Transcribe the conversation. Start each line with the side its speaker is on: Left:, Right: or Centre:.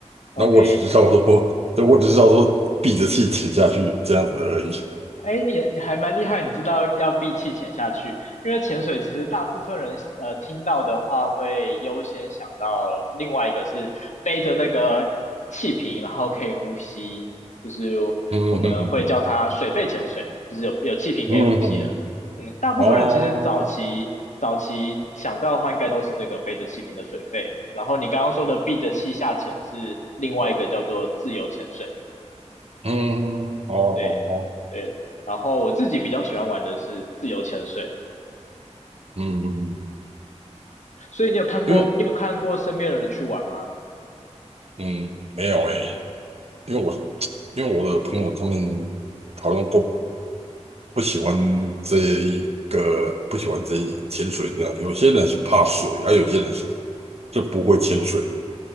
Left: ？OK，
Right: 那我只知道说，对，我只知道说闭着气潜下去这样子而已。
Left: 哎，你你还蛮厉害，你知道要闭气潜下去，因为潜水其实大部分人呃听到的话会优先想到另外一个是背着那个气瓶，然后可以呼吸，就是
Right: 嗯嗯嗯嗯
Left: 我们会叫它水肺潜水，就是有有气瓶可以呼吸的。
Right: 嗯嗯，嗯
Left: 嗯，大部分人其实早期早期想到的话，
Right: 哦，
Left: 应该都是这个背着气瓶的水肺，然后你刚刚说的闭着气下潜是另外一个叫做自由潜水。
Right: 嗯，嗯嗯哦好哦，
Left: 对对，然后我自己比较喜欢玩的是自由潜水，
Right: 嗯嗯，嗯
Left: 所以你有看过你有看过身边的人去玩吗？
Right: 因为嗯没有诶。因为我因为我的朋友他们好像都不喜欢这一个，不喜欢这一潜水这样。有些人是怕水，而、有些人是是不会潜水的。